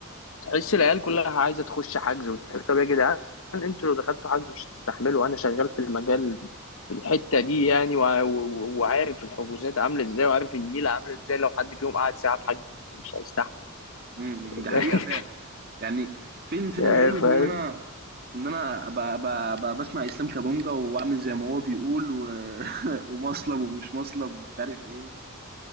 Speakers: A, on the left; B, on the right.
A: تحس العيال كلها عايزه تخش حجز وتتحرك طب يا جدعان انتوا لو دخلتوا حجز مش هتستحملوا انا شغال في المجال في الحته دي يعني وع- و- وعارف الحجوزات عامله ازاي وعارف النيله عامله ازاي لو حد فيهم قعد ساعه في حجز مش هيستحمل
B: إمم، إمم،
A: <laughs>
B: دي حقيقة فعلًا، يعني فين فين
A: يعني
B: الحلو
A: فاهم
B: في إن أنا في إن أنا أبقى أبقى أبقى باسمع إسلام كابونجا وأعمل زي ما هو بيقول و <laughs> ومصلب ومش مصلب ومش عارف إيه،